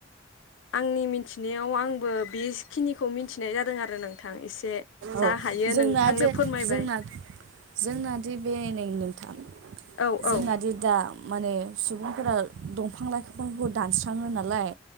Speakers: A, on the left; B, on the right.
A: आंनि मिथिनायाव आंबो बेखिनिखौ मिथिनाय जादों आरो नोंथां एसे जा
B: अ
A: हायो
B: जोंनाथो
A: नोंथांनो फोरमायबाय
B: जोंना जोंनाथ' बे नै नोंथां
A: औ
B: जोंनादि
A: औ
B: दा माने सुबुंफोरा दंफां लाइफफांखौ दानस्राङो नालाय